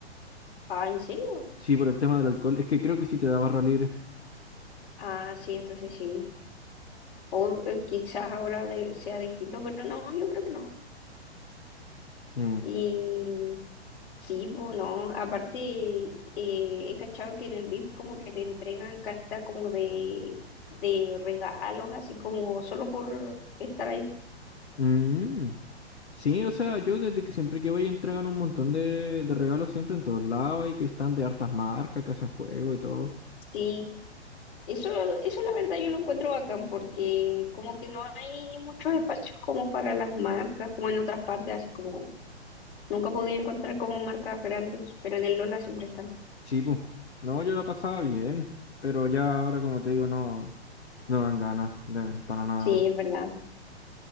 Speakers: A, on the left; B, on the left.
A: ah, ¿en serio?
B: Sí, por el tema del alcohol. Es que creo que sí te da barra libre.
A: Ah, sí, entonces sí. O eh, quizás ahora de- sea distinto, pero no, yo creo que no.
B: Eh,
A: Y sí, pues no, aparte eh, he cachado que en el VIP como que te entregan cartas como de, de regalos, así como solo por estar ahí.
B: mm. Sí, o sea, yo desde que siempre que voy entregan un montón de, de regalos siempre en todos lados y que están de hartas marcas que hacen juego y todo.
A: Sí, Eso, eso la verdad yo lo encuentro bacán porque como que no hay muchos espacios como para las marcas, como en otras partes, así como nunca podía encontrar como marcas grandes, pero en el Lola siempre están.
B: Sí, pues. No, yo la pasaba bien, pero ya ahora, como te digo, no, no dan ganas de- para nada.
A: Sí,
B: weón.
A: es verdad.